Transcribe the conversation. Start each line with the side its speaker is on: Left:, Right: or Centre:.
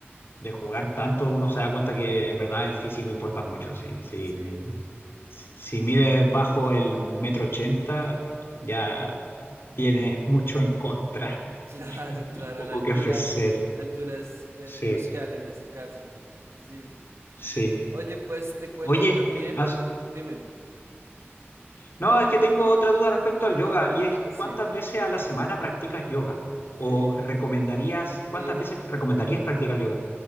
Left: de jugar tanto, uno se da cuenta que en verdad el físico importa mucho. Si, si,
Right: Sí,
Left: si mides bajo el metro ochenta, ya tienes mucho en contra
Right: <laughs> claro,
Left: <laughs>
Right: claro,
Left: y poco
Right: la altura,
Left: que ofrecer.
Right: la altura es, es
Left: Sí,
Right: crucial en ese caso. Sí.
Left: sí.
Right: Oye, pues te cuento
Left: Oye,
Right: también.
Left: has-
Right: Dime.
Left: no, es que tengo otra duda respecto al yoga y es
Right: Sí.
Left: ¿cuántas veces a la semana practicas yoga?
Right: Sí,
Left: ¿O
Right: sí.
Left: recomendarías, cuántas
Right: Eh,
Left: veces recomendarías practicar yoga?